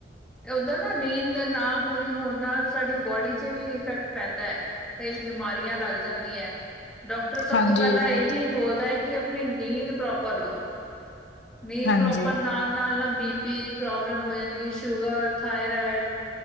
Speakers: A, in the centre; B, on the left (about 75°).
A: ਓਦਾਂ ਨਾ ਨੀਂਦ ਨਾ ਪੂਰੀ ਹੋਣ ਨਾਲ ਸਾਡੀ ਬੋਡੀ ਚ ਵੀ ਇਫੈਕਟ ਪੈਂਦਾ ਹੈ। ਕਈ ਬਿਮਾਰੀਆਂ ਲੱਗ ਜਾਂਦੀਏ ਡਾਕਟਰ ਸਭ
B: ਹਾਂਜੀ
A: ਤੋਂ ਪਹਿਲਾਂ
B: ਉਹ
A: ਇਹੀ ਬੋਲਦਾ ਹੈ ਕਿ ਆਪਣੀ ਨੀਂਦ ਪ੍ਰੋਪਰ ਲਓ। ਨੀਂਦ
B: ਹਾਂਜੀ
A: ਪ੍ਰੋਪਰ ਨਾ ਆਨ ਨਾਲ ਬੀ ਪੀ ਪ੍ਰੋਬਲਮ ਹੋ ਜਾਂਦੀ ਸ਼ੂਗਰ ਥਾਇਰਾਇਡ